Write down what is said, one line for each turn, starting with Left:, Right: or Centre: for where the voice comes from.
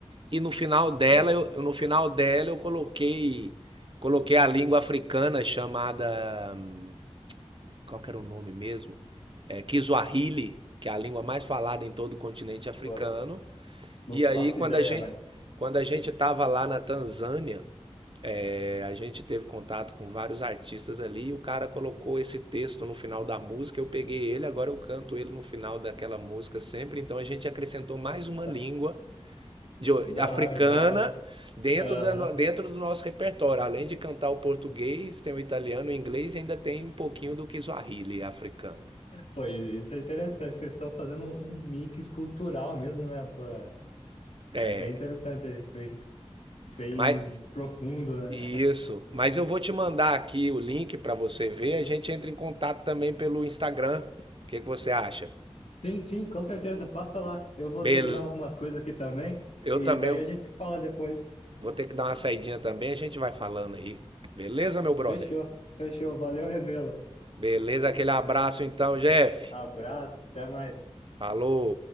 Right: E no final dela,
Left: porra,
Right: eu, no final dela eu coloquei coloquei a língua africana chamada hum, qual que era o nome mesmo? É, Kiswahili, que é a língua mais falada em todo o continente africano.
Left: pô, não
Right: E
Left: faço
Right: aí quando
Left: ideia,
Right: a gente
Left: mas
Right: quando a gente estava lá na Tanzânia, é, a gente teve contato com vários artistas ali e o cara colocou esse texto no final da música. Eu peguei ele, agora eu canto ele no final daquela música sempre. Então a gente acrescentou mais uma
Left: tá-
Right: língua de o-
Left: da
Right: africana
Left: hora, é da hora.
Right: dentro,
Left: Aham.
Right: da, no- dentro do nosso repertório. Além de cantar o português, tem o italiano, o inglês e ainda tem um pouquinho do Kiswahili africano.
Left: Pô, e isso é interessante, que eles estão fazendo um, um mix cultural mesmo, né? Pô, é,
Right: É,
Left: é bem interessante, é bem, bem
Right: mas
Left: profundo, né?
Right: isso. Mas eu vou te mandar aqui o link para você ver. A gente entra em contato também pelo Instagram. O que que você acha?
Left: Sim, sim, com certeza, passa lá. Eu vou
Right: Bel
Left: terminar algumas coisas aqui também,
Right: Eu
Left: e
Right: também
Left: daí a gente se fala depois.
Right: vou ter que dar uma saidinha também, a gente vai falando aí. Beleza, meu brother?
Left: Fechou, fechou, valeu, revelo.
Right: Beleza, aquele abraço então, Jeff.
Left: Abraço, até mais.
Right: Falou.